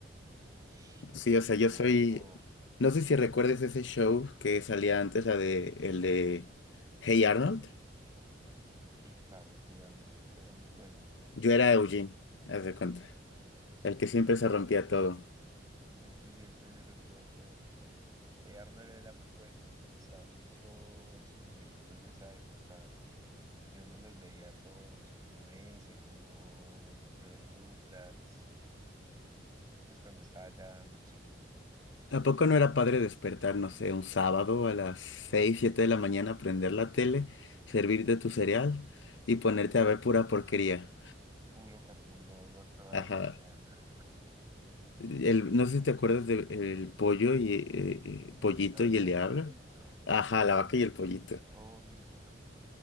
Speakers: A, on the right; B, on the left.
A: Uf,
B: Sí, o sea, yo
A: qué
B: soy.
A: dolor.
B: No sé si recuerdes ese show que salía antes, la de el de Hey Arnold.
A: Sí, claro, Leon, tú eras muy bueno.
B: Yo era Eugene, haz de cuenta. El que siempre se rompía todo.
A: El que siempre se rompía todo. Eh, Arnold era muy bueno. A mí me gustaban mucho esos muñequitos de esa época. Yo me los veía todos, como ese, como los Rugrats, pues cuando estaba ya más chiquito.
B: ¿A poco no era padre despertar, no sé, un sábado a las 6 7 de la mañana, prender la tele, servirte tu cereal y ponerte
A: Uf,
B: a ver pura porquería?
A: puro Cartoon Network toda
B: Ajá.
A: la mañana.
B: El, no sé si te acuerdas del el pollo y eh, eh, pollito
A: La vaca
B: y el diablo.
A: y el pollito,
B: Ajá, la vaca y el pollito.
A: obvio.